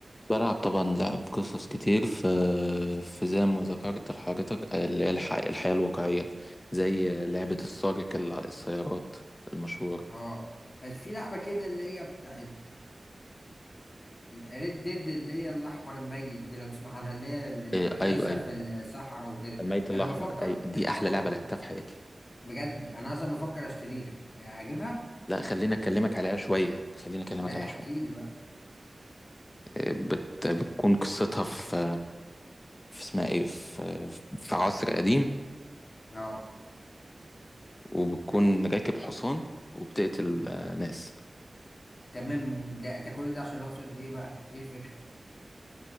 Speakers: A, on the left; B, on the left.
A: بلعب طبعا لعب قصص كتير في في زي ما ذكرت لحضرتك آه، اللي هي الح... الحياة الواقعية زي لعبة السارق الع- السيارات المشهورة
B: اه بس في لعبة كده اللي هي بتاعت ريد ديد اللي هي الأحمر الميت دي لو تسمع عنها اللي هي اللي
A: إيه
B: أحداثها
A: ايوه ايوه
B: في الصحراء وكده
A: الميت الاحمر
B: أنا بفكر
A: ايوه دي احلى
B: اه
A: لعبه لعبتها في حياتي
B: بجد أنا أصلا بفكر أشتريها آه، أجيبها؟
A: لا خليني اكلمك عليها شويه خليني اكلمك
B: لا
A: عليها
B: احكي
A: شويه
B: لي بقى
A: إيه، بت... بتكون قصتها في في اسمها ايه في في عصر قديم
B: اه
A: وبتكون راكب حصان وبتقتل آه، ناس
B: تمام ده, ده كل ده عشان أوصل لإيه بقى؟ إيه الفكرة؟